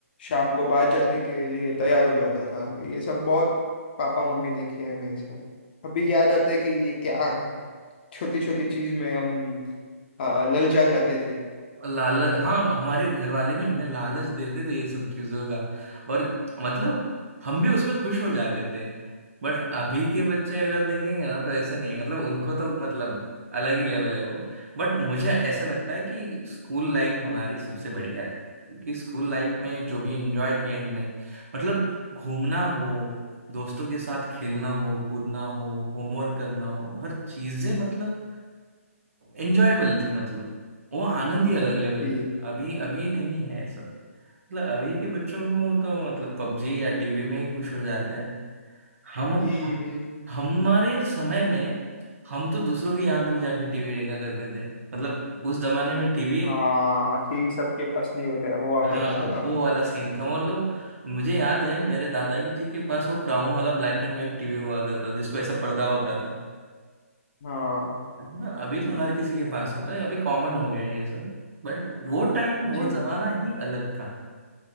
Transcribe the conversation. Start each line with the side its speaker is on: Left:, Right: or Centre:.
Left: शाम को बाहर जाने के लिए तैयार हो जाता था ये सब बहुत पापा मम्मी ने किया है मेरे साथ अभी याद आता है कि ये क्या है छोटी छोटी चीज में हम आ, ललचा जाते थे
Right: लालच हाँ हमारे घर वाले भी हमें लालच देते थे ये सब चीजों का और मतलब हम भी उसमें खुश हो जाते थे बट अभी के बच्चे अगर देखेंगे ना तो ऐसा नहीं है मतलब उनको तो मतलब अलग ही लेवल है वो बट मुझे ऐसा लगता है कि स्कूल लाइफ हमारी सबसे बढ़िया थी क्योंकि स्कूल लाइफ में जो भी एंजॉय किया हमने मतलब घूमना हो दोस्तों के साथ खेलना हो कूदना हो होमवर्क करना हो हर चीजें मतलब एंजॉयबल थी मतलब वो आनंद ही अलग लेवल
Left: जी
Right: का अभी अभी नहीं है ऐसा मतलब अभी के बच्चों को तो मतलब पबजी या टीवी में ही खुश हो जाता है हम
Left: जी
Right: हम
Left: जी
Right: हमारे समय में हम तो दूसरों के यहाँ पे भी जाके टीवी देखा करते थे मतलब उस जमाने में टीवी
Left: हाँ आखिर सबके पास नहीं होता है, हुआ
Right: हाँ
Left: करता था ना
Right: वो वाला सीन था मतलब मुझे याद है मेरे दादाजी जी के पास वो क्राउन वाला ब्लैक एंड व्हाइट टीवी हुआ करता जिसको ऐसा पर्दा होता था
Left: हाँ
Right: है ना अभी तो हर किसी के पास होता है अभी कॉमन हो गया है ये सब बट वो टाइम वो
Left: जी
Right: जमाना ही अलग था